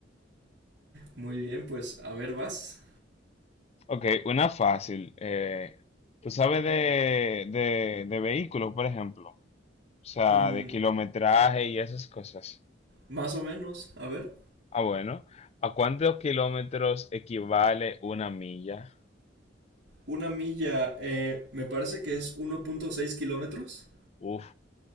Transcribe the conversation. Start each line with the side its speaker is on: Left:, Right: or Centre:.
Right: Muy bien, pues a ver, vas.
Left: Ok, una fácil. eh, ¿tú sabes de, de, de vehículos, por ejemplo? O sea,
Right: Mm,
Left: de kilometraje y esas cosas.
Right: más o menos, a ver.
Left: Ah, bueno. ¿A cuántos kilómetros equivale una milla?
Right: Una milla, eh, me parece que es uno punto seis kilómetros.
Left: Uf,